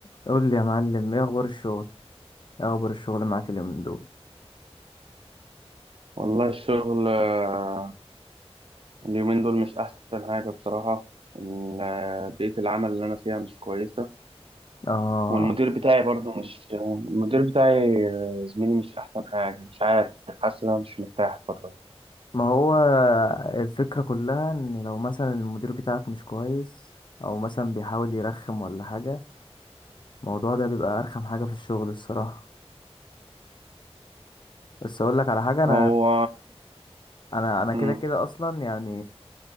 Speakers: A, on the left; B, on the right.
A: قول لي يا معلم ايه اخبار الشغل ايه اخبار الشغل معاك اليومين دول
B: والله الشغل آه، اليومين دول مش أحسن حاجة بصراحة ال- آه، بيئة العمل اللي أنا فيها مش كويسة
A: اه
B: والمدير بتاعي برضه مش المدير بتاعي آه، زميلي مش أحسن حاجة مش عارف حاسس إن أنا مش مرتاح الفترة دي
A: ما هو الفكرة كلها ان لو مثلا المدير بتاعك مش كويس او مثلا بيحاول يرخم ولا حاجة الموضوع ده بيبقى ارخم حاجة في الشغل الصراحة بس اقول لك على حاجة انا
B: هو
A: انا انا كده
B: مم،
A: كده اصلا يعني